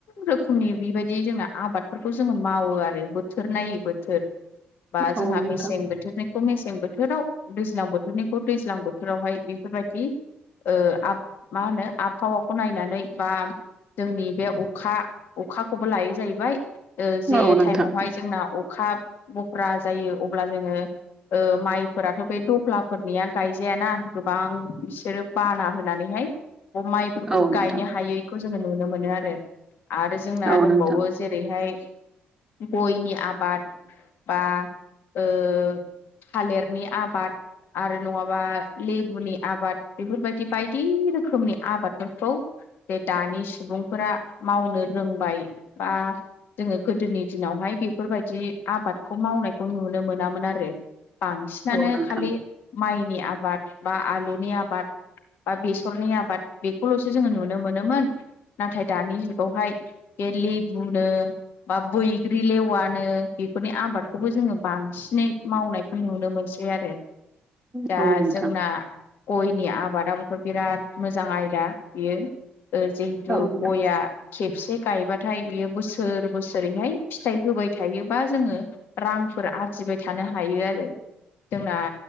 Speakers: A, on the left; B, on the right.
A: रोखोमनि बेबायदि। बिदि जोंना आबादफोरखौ जोङो मावो आरो बोथोर नायै बोथोर। बा
B: औ
A: जोंहा
B: नोंथां
A: मेसें बोथोरनिखौ मेसें। सें बोथोराव दैज्लां बोथोरनिखौ दैज्लां बोथोरावहाय बेफोरबायदि। ओ आब मा होनो? आबहावाखौ नायनानै बा। जोंनि बे अखा-अखाखौबो लायो जाहैबाय ओ जे
B: औ नोंथां
A: टाइमावहाय जोंना अख। अखा बख्रा जायो अब्ला जोङो। ओ माइफोराथ' बे दख्लाफोरनिया गायजायाना गोबां बि। ग्रोब बाना होनानैहाय ब माइफोरखौबो
B: औ नोंथां
A: गायनो हायैखौ जोङो नुनो मोनो आरो! आरो जोंना
B: औ
A: दंबावो
B: नोंथां
A: जेरैहाय गयनि आबाद बा ओ थालिरनि आबाद आरो नङाबा लेबुनि आबाद बेफोरबादि बायदि रोखोमनि आबादफोरखौ जे दानि सुबुंफोरा मावनो रोंबाय। बा जोङो गोदोनि दिनावहाय बेफोरबायदि आबादखौ मावनायखौ नुनो मोनामोन आ रो बांसिनानो
B: औ नोंथां
A: खालि माइनि आबाद बा आलुनि आबाद बा बेसरनि आबाद बेखौल'सो जोङो नुनो मोनोमोन नाथाय दानि जुगावहाय बे लेबुनो बा बैग्रि लेवानो बेफोरनि आबादखौबो जोङो बांसि नै मावनायखौ नुनो मोनसै आरो दा
B: औ नोंथां
A: जोंना गयनि आबादाबोथ' बिराद मोजां आयदा बियो। ओ जिहेतु
B: औ नोंथां
A: गया खेबसे गायबाथाय बियो बोसोर बोसोरैहाय फिथाइ होबाय थायोबा जोङो रांफोर आरजि बाय थानो हायो आरो। जोंना